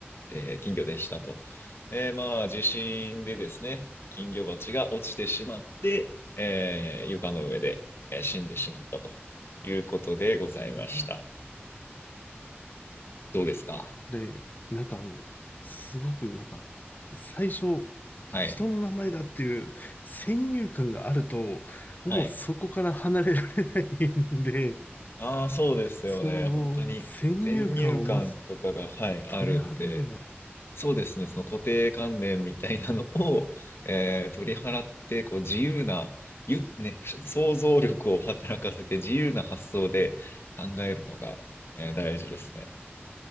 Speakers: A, on the left; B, on the left.
A: えー金魚でしたと。えーまあ、地震でですね、金魚鉢が落ちてしまって、えー床の上で、えー死んでしまったということでございました。
B: え
A: どうですか
B: で、なんかあの、すごくなんか、最初、人の名前だっていう先入観があると、
A: はい。
B: もうそこから離れられないんで、
A: はい。ああ、そうですよね。
B: その先入観をまず
A: 本当に先入観とかが、はい、
B: 取り払うのが、
A: あるんで、そうですね、その固定観念みたいなのを、えー取り払って、こう自由な、ゆ、ね、想像力を働かせて自由な発想で考えるのが、えー大事ですね。